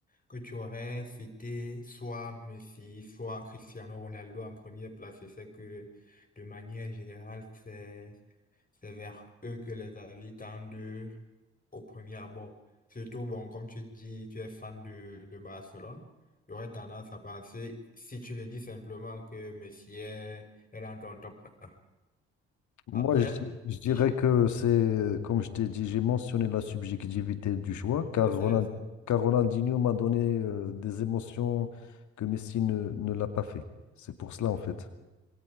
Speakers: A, on the left; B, on the left.
A: que tu aurais cité soit Messi, soit Cristiano Ronaldo en première place. Et c'est que, de manière générale, c'est c'est vers eux que les avis tendent au premier abord. Surtout, bon, comme tu dis, tu es fan de, de Barcelone, j'aurais tendance à penser, si tu le dis simplement, que Messi est, est dans ton top 1. Après,
B: Moi, je, di- je
A: si...
B: dirais que c'est, comme je t'ai dit, j'ai mentionné la subjectivité du choix, car,
A: Je sais,
B: Ronan- car Ronaldinho m'a donné euh, des émotions que Messi ne, ne l'a pas fait. C'est pour cela, en fait.